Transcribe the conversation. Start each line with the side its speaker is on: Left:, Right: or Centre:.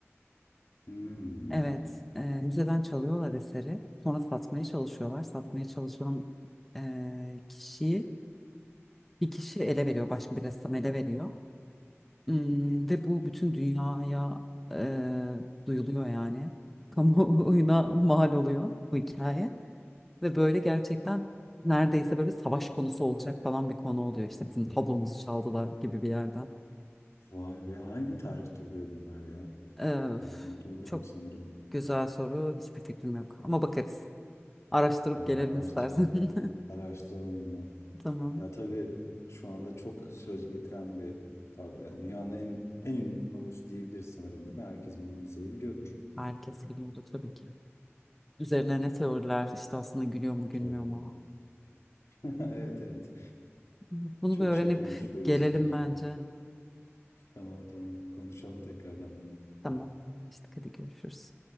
Left: Hmm.
Centre: Evet, e, müzeden çalıyorlar eseri. Sonra satmaya çalışıyorlar. Satmaya çalışan e, kişiyi Bir kişi ele veriyor, başka bir ressam ele veriyor. Hmm, ve bu bütün dünyaya e, duyuluyor yani. <laughs> Kamuoyuna mal oluyor bu hikaye. Ve böyle gerçekten neredeyse böyle savaş konusu olacak falan bir konu oluyor. İşte bizim tablomuzu çaldılar gibi bir yerden.
Left: Vay be hangi tarihte oluyor bunlar ya?
Centre: E, üf,
Left: Ee, duymadım
Centre: çok
Left: sanırım.
Centre: güzel soru. Hiçbir fikrim yok. Ama bakarız. Araştırıp
Left: Tamam
Centre: gelelim
Left: araştıralım.
Centre: istersen.
Left: Araştıralım bunu.
Centre: <laughs> Tamam.
Left: Ya tabii şu anda çok söz getiren bir tablo. Yani Dünyanın en, en ünlü tablosu diyebiliriz sanırım değil mi? Herkes Mona Lisa'yı biliyordur.
Centre: Herkes biliyordu tabii ki. Üzerine ne teoriler
Left: Aa,
Centre: işte aslında gülüyor mu gülmüyor
Left: Tabii.
Centre: mu?
Left: <laughs> Evet evet.
Centre: Bunu
Left: Çok
Centre: bir öğrenip
Left: şey konuşuluyor
Centre: gelelim
Left: üstünde.
Centre: bence.
Left: Tamam tamam. Konuşalım tekrardan bunu.
Centre: Tamam. Anlaştık. Hadi görüşürüz.